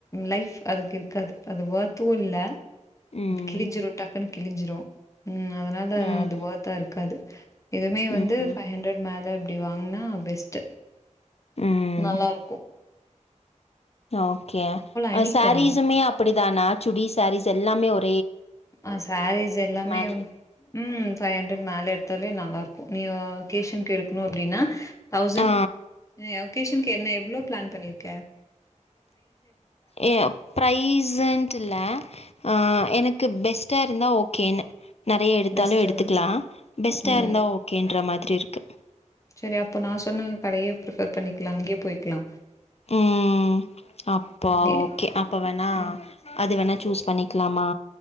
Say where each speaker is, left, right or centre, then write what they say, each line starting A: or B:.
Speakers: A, on the left (about 25°); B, on the left (about 55°).
A: லைஃப் அதுக்கு இருக்காது அது வர்த்து இல்ல
B: ம்
A: கிழிஞ்சிரும் டக்குன்னு கிழிஞ்சிரும் உம் அதனால
B: ம்
A: அதுவதா இருக்காது இதுமே வந்து
B: ம்
A: ஃபைவ் ஹண்ட்ரட் மேல அப்படி வாங்கனா பெஸ்ட்
B: ம்
A: நல்லா இருக்கும்
B: ஓகே
A: என்னைக்கு
B: சாரீஸ்ஸுமே
A: போலா
B: அப்படி <unintelligible> சுடி சாரிஸ் எல்லாமே ஒருத்த
A: ஆஹ் சாரீஸ் எல்லாமே
B: மேலயே
A: உம் ஃபைவ் ஹண்டரெட் மேல எடுத்தால நம் நல்லா இருக்கும் நீ கேஷன் எடுக்கணும் அப்படின்னா தோஸண்ட்
B: ஆ
A: ஓகேசன் என்ன எவ்ளோ பிளான் பண்ணியிருக்கன்
B: ஏய் பிரைஸ்ண்டு இல்ல ஆஹ் எனக்கு பெஸ்ட்டா இருந்தா ஓகேன்னு நறயா எடுத்தாலும்
A: பெஸ்ட்டுன்னு
B: எடுத்துக்கலாம் பெஸ்ட்டா
A: ம்
B: இருந்தா ஓகேன்ற மாதிரி இருக்கு
A: சரி அப்போ நான் சொன்னன் கடையே பிரிஃபர் பண்ணிக்கலாம் அங்கேயே போயிக்கலாம்
B: உம் அப்போ
A: நீ-
B: ஓகே அப்ப வேணா
A: ம்
B: அது வேணா சூஸ் பண்ணிக்கலாமா